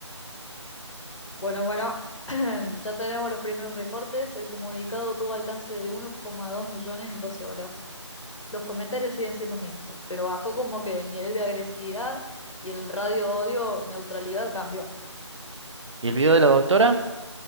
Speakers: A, on the left; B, on the right.
A: Bueno, bueno, <clears throat> ya tenemos los primeros reportes. El comunicado tuvo alcance de uno coma dos millones en 12 horas. Los comentarios siguen siendo mixtos, pero bajó como que el nivel de agresividad y el radio odio neutralidad cambió.
B: ¿Y el video de la doctora?